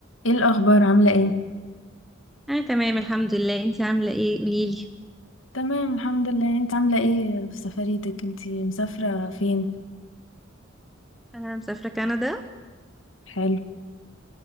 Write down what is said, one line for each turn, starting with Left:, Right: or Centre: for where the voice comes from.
Left: ايه الاخبار عامله ايه
Centre: انا تمام الحمد لله انتي عامله ايه قوليلي
Left: تمام الحمد لله انت عامله ايه في سفريتك انت مسافره فين
Centre: انا مسافره كندا
Left: حلو